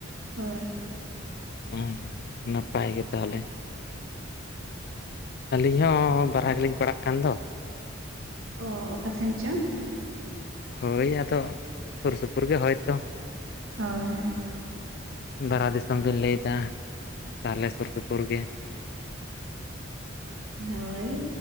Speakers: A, on the right (about 85°); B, on the left (about 55°).
A: ᱦᱳᱭ
B: ᱚᱸ ᱱᱟᱯᱟᱭ ᱜᱮ ᱛᱟᱦᱟᱞᱮ ᱟᱹᱞᱤᱧ ᱦᱚᱸ ᱵᱟᱨᱦᱟ ᱜᱤᱞᱤᱧ ᱯᱟᱲᱟᱜ ᱠᱟᱱ ᱫᱚ
A: ᱚᱻ ᱚᱠᱟ ᱥᱮᱱ ᱪᱚ
B: ᱦᱳᱭ ᱟᱫᱚ ᱥᱩᱨ ᱥᱩᱯᱩᱨ ᱜᱮ ᱦᱳᱭᱛᱚ
A: ᱦᱳᱭ ᱦᱳᱭ
B: ᱵᱟᱨᱦᱟ ᱫᱤᱥᱚᱢ ᱵᱮᱱ ᱞᱟᱹᱭᱮᱫᱟ ᱛᱟᱦᱚᱞᱮ ᱥᱩᱨ ᱥᱩᱯᱩᱨ ᱜᱮ
A: ᱦᱳᱭ